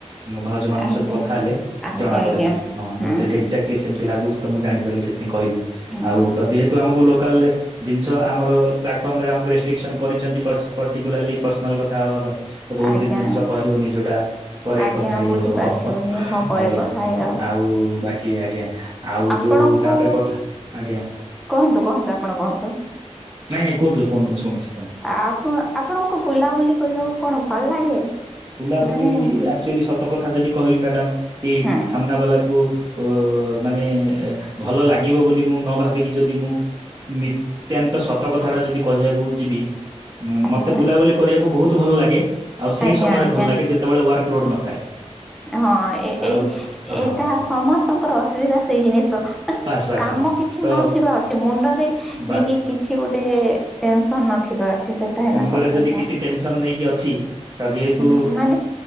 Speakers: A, on the right; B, in the centre.
A: ଭାଉଜ ମାନଙ୍କ
B: ଆଜ୍ଞା
A: ସହିତ କଥା ହେଲେ
B: ଆଜ୍ଞା
A: ଜଣା
B: ଆଜ୍ଞା
A: ପଡେ ହଁ ମୁଁ
B: ହୁଁ
A: ସେଠି
B: ହୁଁ
A: ଏ ଲି ସେମିତି ଲାଗୁଛି ତ ମୁଁ ଜାଣିପାରିଲି ସେଥିପାଇଁ କହିଲି
B: ହୁଁ
A: ଆଉ
B: ହୁଁ
A: ତ ଯେହେତୁ ଆମକୁ ଲୋକାଲ ଲେ ଜିନିଷ ଆମର ପ୍ଲାଟଫର୍ମରେ ଆମକୁ ରେଷ୍ଟ୍ରିକସନ କରିଛନ୍ତି ପର୍ଟିକୁଲାରଲି ପର୍ସନାଲ କଥା ହବା ପାଇଁ ବହୁତ
B: ଆଜ୍ଞା
A: କିଛି ଜିନିଷ କହିହଉନି ଯୋଉଟା ପରେ
B: ଆଜ୍ଞା
A: କଥା ହେଇ
B: ବୁଝିପାରୁଛି
A: ହବ,
B: ବୁଝିପାରୁଛି ହଁ ପରେ
A: ଆଜ୍ଞା।
B: କଥା ହେଇ
A: ଆଉ ବାକି ଆଜ୍ଞା ଆଉ
B: ଆପଣଙ୍କୁ
A: ଯୋଉ ତାପରେ କଥା ଆଜ୍ଞା।
B: କୁହନ୍ତୁ କୁହନ୍ତୁ ଆପଣ କୁହନ୍ତୁ।
A: ନାଇଁ ନାଇଁ କୁହନ୍ତୁ କୁହନ୍ତୁ ମୁଁ ଶଣୁଛି କୁହନ୍ତୁ।
B: ଆପ ଆପଣଙ୍କୁ ବୁଲାବୁଲି କରିବାକୁ କଣ ଭଲ ଲାଗେ?
A: ବୁଲାବୁଲି
B: ମାନେ ଏମିତି
A: ଆକଚୁଲି ସତ କଥା ଯଦି କହିବି ମ୍ୟାଡାମ କି
B: ହୁଁ
A: ସାମ୍ନା ବାଲାକୁ ଓ ମାନେ ଭଲ ଲାଗିବ ବୋଲି ମୁଁ ନ ଭାବିକି ଯଦି ମୁଁ ନିତ୍ୟାନ୍ତ ସତ କଥା ଟା ଯଦି କହିବାକୁ ଯିବି ଉଁ
B: ଆଜ୍ଞା
A: ମତେ ବୁଲାବୁଲି କରିବାକୁ ବହୁତ ଭଲ ଲାଗେ ଆଉ ସେଇ
B: ଆଜ୍ଞା
A: ସମୟରେ
B: ଆଜ୍ଞା।
A: ଭଲ ଲାଗେ ଯେତେବେଳେ ୱାର୍କ ଲୋଡ ନଥାଏ।
B: ହଁ ଏ
A: ଆଉ
B: ଏ
A: ହଁ
B: ଏଟା ସମସ୍ତଙ୍କର ଅସୁବିଧା ସେଇ ଜିନିଷ।
A: ବାସ୍ ବାସ୍
B: କାମ
A: ହଁ
B: କିଛି
A: ତ
B: ନଥିବା ଅଛି ମୁଣ୍ଡରେ
A: ବାସ୍
B: ନେଇକି କିଛି ଗୋଟେ ଟେନସନ୍ ନଥିବାର ଅଛି ସେଟା ହେଲା
A: ମୁଣ୍ଡରେ
B: କଥା
A: ଯଦି
B: ସାର୍।
A: କିଛି ଟେନସନ ନେଇକି ଅଛି ତ ଯେହେତୁ
B: ହୁଁ ମାନେ